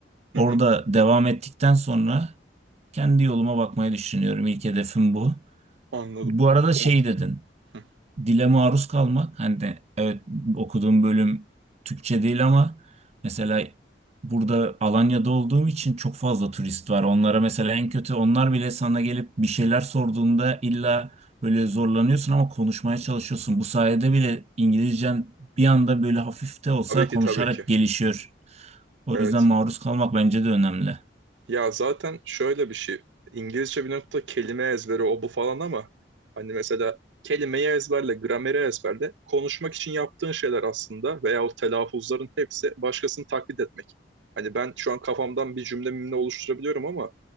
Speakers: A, on the right; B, on the right.
A: Hı
B: Orada
A: hı.
B: devam ettikten sonra kendi yoluma bakmayı düşünüyorum. İlk hedefim bu.
A: Anladım.
B: Bu arada şey
A: Orta.
B: dedin
A: Hı.
B: dile maruz kalmak hani de evet okuduğum bölüm Türkçe değil ama mesela burada Alanya'da olduğum için çok fazla turist var. Onlara mesela en kötü onlar bile sana gelip bir şeyler sorduğunda illa böyle zorlanıyorsun ama konuşmaya çalışıyorsun. Bu sayede bile İngilizcen bir anda böyle hafif de olsa
A: Tabii ki
B: konuşarak
A: tabii ki.
B: gelişiyor. O
A: Evet.
B: yüzden maruz kalmak bence de önemli.
A: Ya zaten şöyle bir şey. İngilizce bir nokta kelime ezberi o bu falan ama hani mesela kelimeyi ezberle, grameri ezberle. Konuşmak için yaptığın şeyler aslında veya o telaffuzların hepsi başkasını taklit etmek. Hani ben şu an kafamdan bir cümle mimle oluşturabiliyorum ama